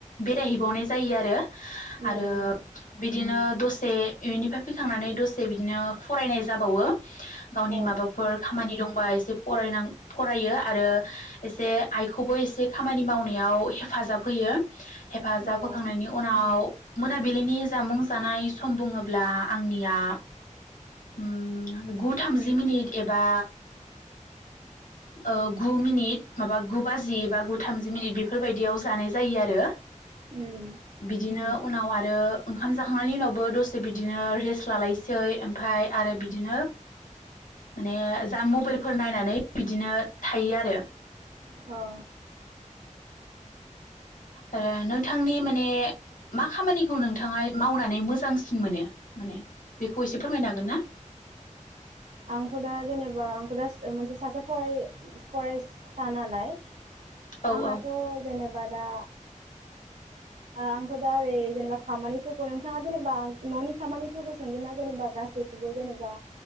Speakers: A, on the left; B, on the right.
A: बेराय हैबावनाय जायो आरो
B: उम
A: आरो
B: उम
A: बिदिनो दसे इउनिफ्राय फैखांनानै दसे बिदिनो फरायनाय जाबावो। गावनि
B: औ
A: माबाफोर खामानि दंबा एसे फरायनां फरायो आरो एसे आइखौबो एसे खामानि मावनायाव हेफाजाब होयो। हेफाजाब
B: औ
A: होखांनायनि उनाव मोनाबिलिनि जामुं जानाय सम बुङोब्ला आंनिया उम गु थामजि मिनिट एबा ओ गु मिनिट माबा गु बाजि बबा गु थामजि मिनिट बेफोरबायदियाव जानाय जायो आरो।
B: उम
A: <inaudible> बिदिनो उनाव आरो ओंखाम जाखांनायनि उनावबो दसे बिदिनो रेस्ट लालायसै ओमफ्राय आरो बिदिनो, माने जा मबाइलफोर नायनानै बिदिनो थायो आरो
B: औ
A: ओ आरो नोंथांनि माने मा खामानिखौ नोंथाङा मावनानै मोजांसिन मोनो माने बेखौ एसे फोरमायनो हागोन ना?
B: आंथ' दा जेनेबा आंथ' दा मोनसे सासे फराय- फरायसा नालाय
A: औ
B: आंहाथ'
A: औ
B: जेनेबा दा <inaudible> ओ आंखौ दा ओरै जेनेबा खामानिफोरखौ नोंथाङा जेनेबा न'नि खामानिफोरखौ सोंदोंना जेनेबा गासैखौबो जेनेबा